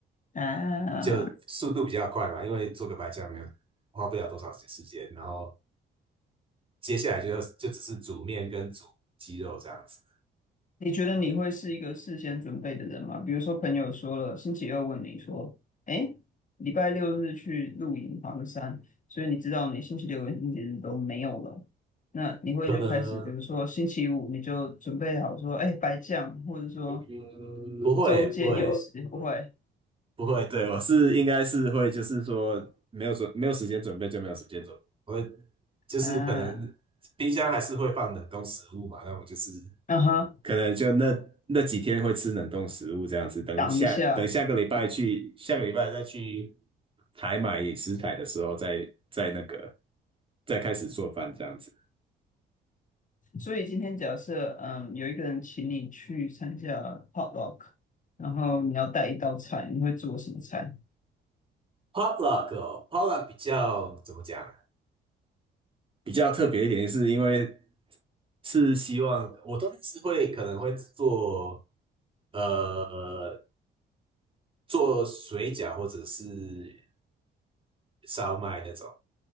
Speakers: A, on the left (about 40°); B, on the right (about 25°).
A: 啊，
B: 就速度比较快嘛，因为做个白酱没有花不了多少时间，然后接下来就要就只是煮面跟煮鸡肉这样子，
A: 你觉得你会是一个事先准备的人吗？比如说朋友说了，星期二问你说，哎，礼拜六日去露营爬个山，所以你知道你星期六跟星期日都没有了，那你会就开始，
B: 可能
A: 比如说星期五你就准备好说，哎，白酱，或者说
B: 嗯不会不会，
A: 周间有时不会，
B: 不会，对，我是应该是会，就是说没有准没有时间准备就没有时间准备，我会就是可能冰箱还是会放冷冻食物嘛，
A: 啊，
B: 那我就是
A: 嗯哼，
B: 可能就那那几天会吃冷冻食物这样子，等下等下个礼拜去下个礼拜再去
A: 挡一下。
B: 采买食材的时候再再那个再开始做饭这样子。
A: 所以今天假设，嗯，有一个人请你去参加 potluck，然后你要带一道菜，你会做什么菜？
B: potluck p o t l u c k 比较怎么讲？比较特别一点，是因为是希望我都是会可能会做呃做水饺或者是烧麦那种，